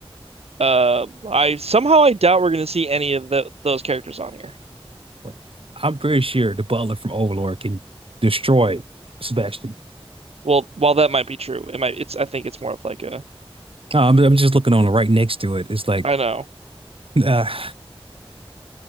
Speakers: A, on the right (about 85°); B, on the right (about 65°).
A: Uh, I somehow I doubt we're gonna see any of the those characters on here.
B: What? I'm pretty sure the butler from Overlord can destroy Sebastian.
A: Well, while that might be true, it might. It's I think it's more of like a
B: Uh, I'm, I'm just looking on it right next to it. It's like,
A: I know.
B: ah,